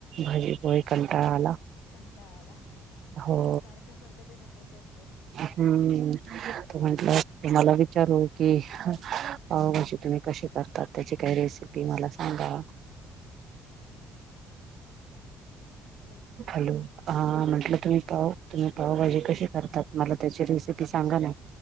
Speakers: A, on the right; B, on the left.
A: भजीपोई कंटाळ आला.
B: कंटाळा आला
A: हो
B: सारखं सारखं ते नकोच वाटत.
A: हम्म म्हटलं तुम्हाला विचारू? कि पावभाजी तुम्ही कसे करताात त्याची काही रेसिपी मला सांगा
B: हॅलो
A: हॅलो हा
B: हां बोला
A: म्हटलं तुम्ही पाव तुम्ही पावभाजी कशी करतात मला त्याची रेसिपी सांगा ना